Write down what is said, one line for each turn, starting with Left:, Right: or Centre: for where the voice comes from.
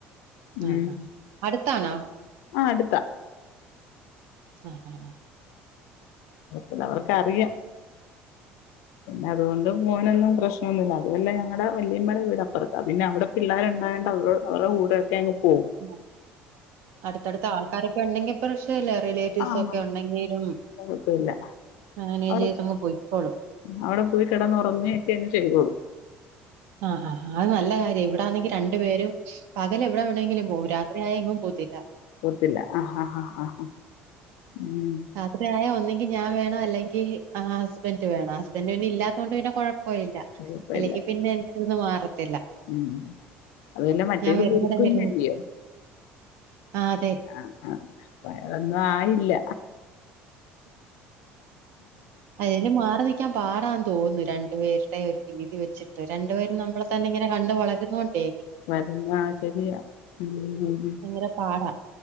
Left: ഉം
Right: ആഹ് അഹ് അടുത്താണോ
Left: ആഹ് അടുത്താ
Right: അഹ് അഹ്
Left: അപ്പ പിന്നെ അവർക്കറിയാ പിന്നെ അതുകൊണ്ട് മോനൊന്നും പ്രശ്നൊന്നുല്ല അപ്പ പിന്നെ ഞങ്ങടെ വല്യമ്മടെ വീടപ്പുറത്താ പിന്നെ അവിടെ പിള്ളേരുണ്ടായണ്ട് അവരു അവരെ കൂടെഒക്കെ അങ്ങ്പോവും
Right: ഉം അടുത്തടുത്ത ആൾക്കാരൊക്കെ ഉണ്ടെങ്കിപ്രശ്നല്ല റിലേറ്റീവ്സൊക്കെ
Left: ആഹ്
Right: ഉണ്ടെങ്കിലും
Left: കുഴപ്പമില്ല
Right: മാനേജ്
Left: അവിടെ
Right: ചെയ്തങ്ങ് പൊയിക്കോളും
Left: അവിടെ പോയി കിടന്നുറങ്ങേ ഒക്കെ അങ്ങ് ചെയ്തോളും
Right: ആഹ് ആഹ് അഹ് നല്ല കാര്യാ ഇവിടാന്നെങ്കി രണ്ടു പേരും പകല് എവിടെ വേണങ്കിലും പോവും രാത്രി ആയ എങ്ങും പോകത്തില്ല
Left: പോവത്തില്ല ഹാഹ് ഹാഹ് ഹാഹ് ഉം
Right: അപ്പ ഞാന് ഒന്ന്ങ്കി ഞാൻ വേണം അല്ലെങ്കി ആഹ് ഹസ്ബന്റ് വേണം ഹസ്ബൻ്റ് പിന്നെ ഇല്ലാത്തോണ്ട് പിന്നെ കുഴപ്പ ഇല്ല
Left: കുഴപ്പ ഇല്ല
Right: പിന്നെ എൻ്റെന്ന് മാറത്തില്ല
Left: ഉം ഉം അതു അല്ല മറ്റേത്
Right: ഞാൻ വരുന്നിടം
Left: പുതുക്കുന്നില്ല്യോ
Right: വരെ ആഹ് അതെ
Left: ആഹ് വേറെ ഒന്നും ആയില്ല
Right: അയല് മാറി നിക്കാ പാടാന്ന് തോന്നുന്നു രണ്ടു പേരുടെ രീതി വെച്ചിട്ട് രണ്ടുപേരും നമ്മളെതന്നെ ഇങ്ങനെകണ്ട് വളരുന്നോണ്ടേ
Left: വരുന്നാ ശെരിയാ ഉം ഉം ഉം ഉം
Right: ഭയങ്കര പാടാ